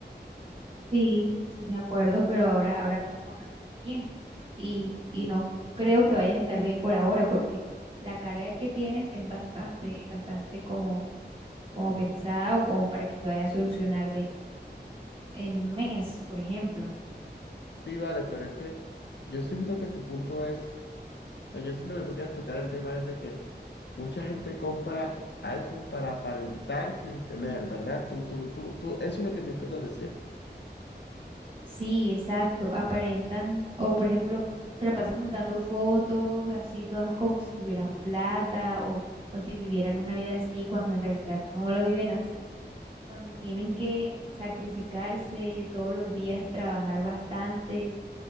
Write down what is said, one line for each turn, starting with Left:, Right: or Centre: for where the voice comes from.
Right: sí, sí me acuerdo, pero ahora, ahora mismo no está bien. Y, y no creo que vayas a estar bien por ahora porque la carga que tienes es bastante, bastante como, como pensada o como para que se vaya a solucionar de en un mes, por ejemplo.
Left: Sí, vale, pero es que yo siento que tu punto es, o sea, yo siento que tú quieres tocar el tema es de que mucha gente compra iPhone para aparentar sin tener, ¿verdad? Tú, tú, tú, tú, eso es lo que me intentas decir.
Right: Sí, exacto. Aparentan, o por ejemplo, se la pasan montando fotos así todas como si tuvieran plata o, o si vivieran una vida así cuando en realidad no lo viven así, cuando tienen que sacrificarse todos los días, trabajar bastante